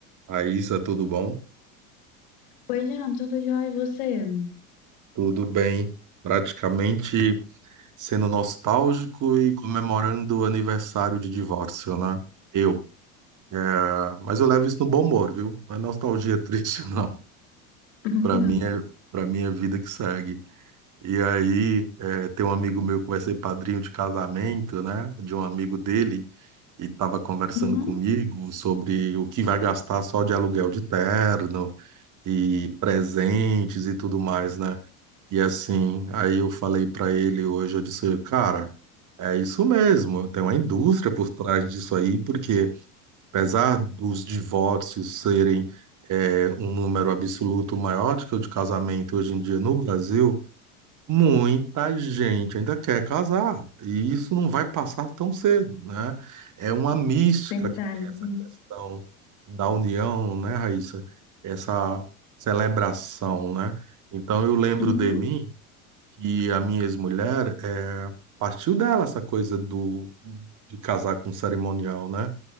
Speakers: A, on the right (about 45°); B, on the left (about 70°).
A: Raíssa, tudo bom?
B: Oi, Jean, tudo jóia e você?
A: Tudo bem. Praticamente sendo nostálgico e comemorando o aniversário de divórcio, né? Eu. Ah, Mas eu levo isso no bom humor, viu? Não é nostalgia triste, <laughs> não.
B: <laughs>
A: Para mim é, para mim é vida que segue. E aí, eh, tem um amigo meu que vai ser padrinho de casamento, né? De um amigo dele, e estava conversando
B: Uhum,
A: comigo sobre o que vai gastar só de aluguel de terno e presentes e tudo mais, né? E assim, aí eu falei pra ele hoje, eu disse, cara, é isso mesmo, tem uma indústria por trás disso aí, porque apesar dos divórcios serem é, um número absoluto maior do que o de casamento hoje em dia no Brasil, muita gente ainda quer casar, e isso não vai passar tão cedo, né? É uma mística
B: verdade.
A: que tem essa questão da união, né, Raíssa? Essa celebração, né? Então eu lembro
B: Uhum,
A: de mim que a minha ex-mulher é, partiu dela essa coisa do de casar com cerimonial, né?